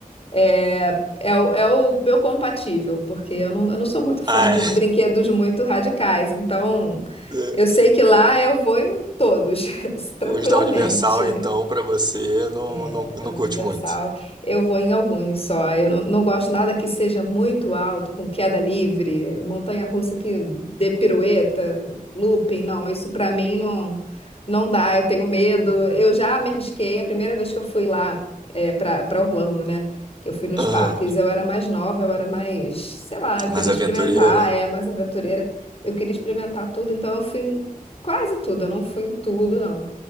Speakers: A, on the left (about 40°); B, on the right (about 30°).
A: É, é, o, é o meu compatível, porque eu não, eu não sou muito fã
B: Ah,
A: de
B: é.
A: brinquedos muito radicais. Então,
B: <laughs>
A: eu sei que lá eu vou em todos, <laughs> tranquilamente.
B: Os da Universal, então, pra você, não,
A: É,
B: não,
A: da
B: não
A: Universal.
B: curte muito.
A: Eu vou em alguns só. Eu não, não gosto nada que seja muito alto, com queda livre, montanha-russa que dê pirueta, looping. Não, isso pra mim não, não dá. Eu tenho medo. Eu já me arrisquei. A primeira vez que eu fui lá é, para para Orlando, né? Que eu fui nos
B: Aham.
A: parques, eu era mais nova, eu era mais, sei lá, eu queria
B: Mais
A: experimentar,
B: aventureira.
A: é mais aventureira. Eu queria experimentar tudo, então eu fui em quase tudo. Eu não fui em tudo, não.